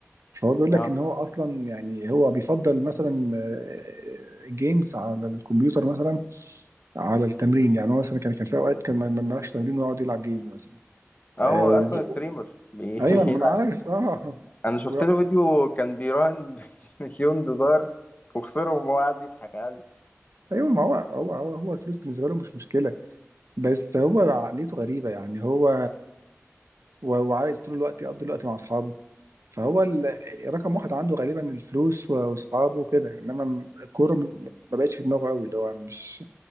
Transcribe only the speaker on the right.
فهو بيقول لك
ان هو اصلا يعني هو بيفضل مثلا آه، جيمز على الكمبيوتر مثلا على التمرين يعني هو مثلا كان كان في اوقات كان ما ما ملهاش تمرين ويقعد يلعب جيمز مثلا
آه،
وج-
ايوه
ما
انا عارف اه
و-
ايوه ما هو هو هو هو الفلوس بالنسبه له مش مشكله بس هو عقليته غريبه يعني هو و- وعايز طول الوقت يقضي الوقت مع اصحابه فهو ال- رقم واحد عنده غالبا الفلوس و- واصحابه وكده انما الكوره م- ما بقتش في دماغه قوي اللي هو مش